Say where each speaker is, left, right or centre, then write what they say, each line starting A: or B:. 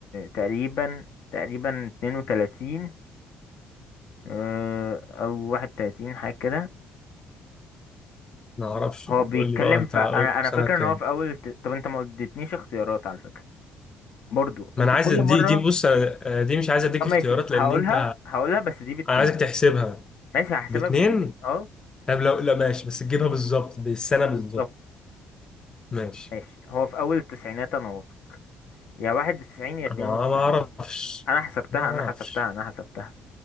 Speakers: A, on the left; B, on the left.
A: تقريبا تقريبا 32 آه، او 31 حاجة كده
B: ما اعرفش
A: هو
B: قول
A: بيتكلم
B: لي بقى انت
A: ف... انا
B: قول لي في
A: انا
B: سنة
A: فاكر
B: كام
A: ان هو في اول الت- طب انت ما اديتنيش اختيارات على فكرة برضو
B: ما
A: انت
B: انا عايز
A: كل
B: دي
A: مرة
B: دي بص أنا- آه، دي مش عايز اديك
A: طب ماشي
B: اختيارات
A: هقولها
B: لان انت
A: هقولها بس دي باتنين
B: انا عايزك تحسبها
A: ماشي هحسبها
B: باتنين
A: بس دي بت... اه
B: طب لو لا ماشي بس تجيبها بالظبط بالسنة
A: بالظبط
B: بالظبط ماشي
A: ماشي هو في اول التسعينات انا واثق يا واحد وتسعين يا اتنين
B: ما
A: وتسعين
B: ما اعرفش
A: انا حسبتها
B: ما
A: انا
B: اعرفش
A: حسبتها انا حسبتها